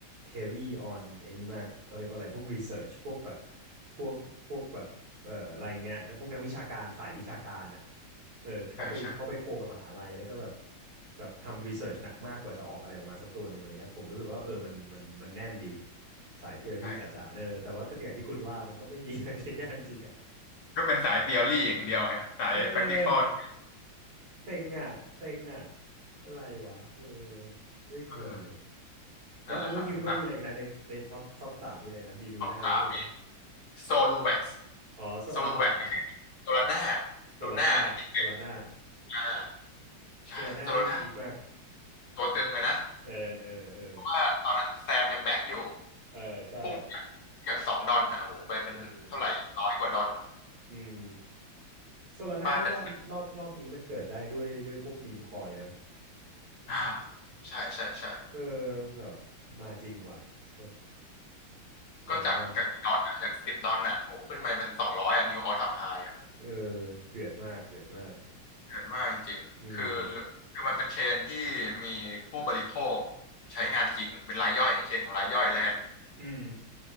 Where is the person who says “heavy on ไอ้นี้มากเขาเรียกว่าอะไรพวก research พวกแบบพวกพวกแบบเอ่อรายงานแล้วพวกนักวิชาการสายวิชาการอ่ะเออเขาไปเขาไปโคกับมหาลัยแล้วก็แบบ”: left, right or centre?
Right